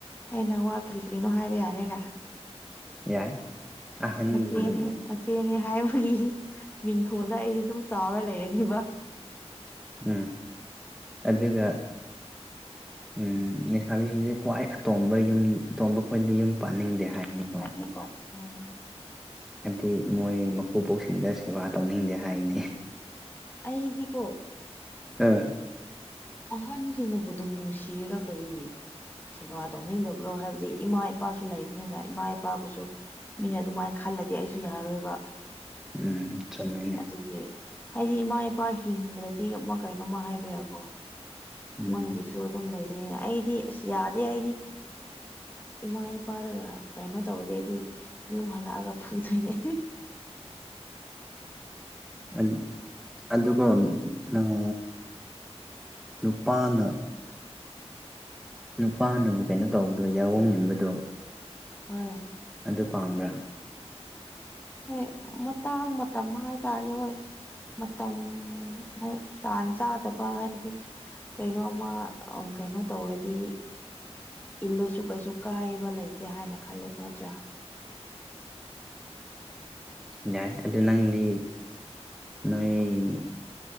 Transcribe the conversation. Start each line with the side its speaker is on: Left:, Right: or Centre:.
Left: ꯑꯩꯅ ꯋꯥ ꯀꯔꯤꯀꯔꯤꯅꯣ ꯍꯥꯏꯕ ꯌꯥꯔꯦꯅ
Centre: ꯌꯥꯏ ꯑꯍꯟꯒꯤ
Left: ꯃꯆꯦꯅꯦ ꯃꯆꯦꯅꯦ ꯍꯥꯏꯕꯒꯤ ꯃꯤꯡꯊꯣꯟꯗ ꯑꯩꯁꯦ ꯑꯗꯨꯝ ꯆꯥꯎꯔ ꯂꯩꯔꯅꯤꯕ
Centre: ꯎꯝ ꯑꯗꯨꯒ ꯎꯝ ꯂꯩꯁꯥꯕꯤꯁꯤꯡꯁꯦ ꯈ꯭ꯋꯥꯏ ꯑꯇꯣꯝꯕ ꯌꯨꯝ ꯑꯇꯣꯝꯕ ꯑꯩꯈꯣꯏꯗ ꯌꯨꯝ ꯄꯥꯅꯤꯡꯗꯦ ꯍꯥꯏꯅꯤꯀꯣ
Left: ꯎꯝ
Centre: ꯍꯥꯏꯕꯗꯤ ꯃꯣꯏ ꯃꯀꯨꯕꯣꯛꯁꯤꯡꯗ ꯁꯦꯕꯥ ꯇꯧꯅꯤꯡꯗꯦ ꯍꯥꯏꯅꯦ
Left: ꯑꯩꯗꯤꯀꯣ
Centre: ꯑꯥ
Left: ꯑꯍꯟꯁꯤꯡꯅꯕꯨ ꯑꯗꯨꯝ ꯅꯨꯡꯁꯤꯗ ꯀꯔꯤ ꯁꯦꯕꯥ ꯇꯧꯅꯤꯡꯗꯕ꯭ꯔꯣ ꯍꯥꯏꯕꯗꯤ ꯏꯃꯥ ꯏꯄꯥꯁꯨ ꯂꯩꯕꯅꯤꯅ ꯏꯃꯥ ꯏꯄꯥꯕꯨꯁꯨ ꯃꯤꯅ ꯑꯗꯨꯃꯥꯏ ꯈꯜꯂꯗꯤ ꯑꯩꯁꯨ ꯌꯥꯔꯣꯏꯕ
Centre: ꯎꯝ ꯆꯨꯝꯃꯤꯅꯦ
Left: ꯑꯗꯨꯒꯤ ꯑꯩꯗꯤ ꯏꯃꯥ ꯏꯄꯥ ꯍꯤꯡꯗ꯭ꯔꯗꯤ ꯑꯃ ꯀꯩꯅꯣꯝꯃ ꯍꯥꯏꯕ ꯌꯥꯢꯒꯣ
Centre: ꯎꯝ
Left: ꯃꯣꯏꯒꯤꯁꯨ ꯑꯗꯨꯝ ꯂꯩꯗꯣꯏꯅꯦ ꯑꯩꯗꯤ ꯑꯁ ꯌꯥꯗꯦ ꯑꯩꯗꯤ ꯏꯃꯥ ꯏꯄꯥꯗꯒ ꯀꯩꯅꯣ ꯇꯧꯔꯗꯤ ꯌꯨꯝ ꯍꯜꯂꯛꯑꯒ ꯐꯨꯗꯣꯏꯅꯦ
Centre: ꯑꯗꯨ ꯑꯗꯨꯒꯣ ꯅꯪ ꯅꯨꯄꯥꯅ ꯅꯨꯄꯥꯅꯕꯨ ꯀꯩꯅꯣ ꯇꯧꯕꯗꯣ ꯌꯥꯑꯣꯡ ꯏꯟꯕꯗꯣ
Left: ꯍꯣꯏ
Centre: ꯑꯗꯨ ꯄꯥꯝꯕꯔꯥ
Left: ꯍꯣꯏ ꯃꯇꯥꯡ ꯃꯇꯝ ꯍꯥꯏꯇꯥꯔꯦ ꯍꯣꯏ ꯃꯇꯝ ꯍꯣꯏ ꯇꯥꯟ ꯆꯥꯗꯕ ꯍꯥꯏꯕꯗꯤ ꯀꯩꯅꯣ ꯑꯃꯥ ꯀꯩꯅꯣ ꯇꯧꯔꯗꯤ ꯏꯜꯂꯁꯨ ꯀꯩꯁꯨ ꯀꯥꯏꯕ ꯂꯩꯇꯦ ꯍꯥꯏꯅ ꯈꯂꯦ ꯅꯠꯇ꯭ꯔꯥ
Centre: ꯌꯥꯏ ꯑꯗꯨ ꯅꯪꯗꯤ ꯅꯣꯏ